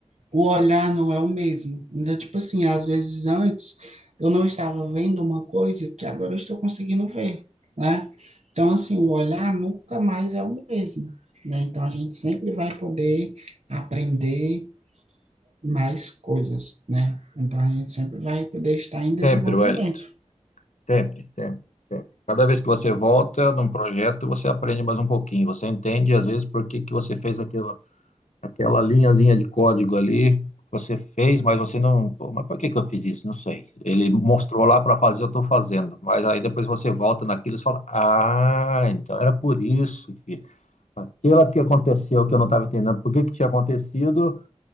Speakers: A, on the right (about 65°); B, on the left (about 80°).
A: o olhar não é o mesmo. Então, tipo assim, às vezes antes eu não estava vendo uma coisa que agora eu estou conseguindo ver, né? Então, assim, o olhar nunca mais é o mesmo, né? Então, a gente sempre vai poder aprender mais coisas, né? Então, a gente sempre vai poder estar em desenvolvimento,
B: Temperwellit. Sempre, sempre, sempre. Cada vez que você volta num projeto, você aprende mais um pouquinho. Você entende, às vezes, por que que você fez aquela, aquela linhazinha de código ali. Você fez, mas você não. Pô, mas por que que eu fiz isso? Não sei. Ele mostrou lá para fazer, eu estou fazendo. Mas aí depois você volta naquilo e fala: Ah, então era por isso que aquela que aconteceu que eu não estava entendendo, por que que tinha acontecido,